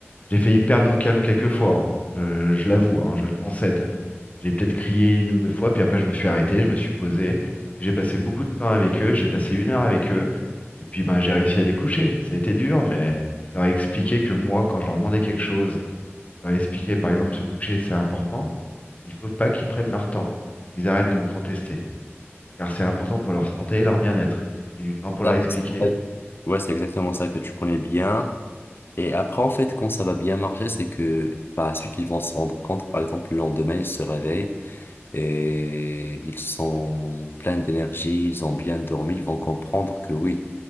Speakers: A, on the left; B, on the left.
A: J'ai failli perdre mon calme quelques fois, hein. Je, je l'avoue, hein, je le concède. J'ai peut-être crié une ou deux fois, puis après je me suis arrêté, je me suis posé. J'ai passé beaucoup de temps avec eux, j'ai passé une heure avec eux, et puis ben j'ai réussi à les coucher. Ça a été dur, mais je leur ai expliqué que moi, quand je leur demandais quelque chose, je leur ai expliqué, par exemple, se coucher, c'est important. Il faut pas qu'ils prennent leur temps, qu'ils arrêtent de me contester, car c'est important pour leur santé et leur bien-être. J'ai pris du temps pour
B: Ça,
A: leur expliquer.
B: parce qu'en fait, ouais, c'est exactement ça que tu connais bien. Et après, en fait, quand ça va bien marcher, c'est que par la suite, ils vont se rendre compte, par exemple, le lendemain, ils se réveillent. et ils sont pleins d'énergie, ils ont bien dormi, ils vont comprendre que oui,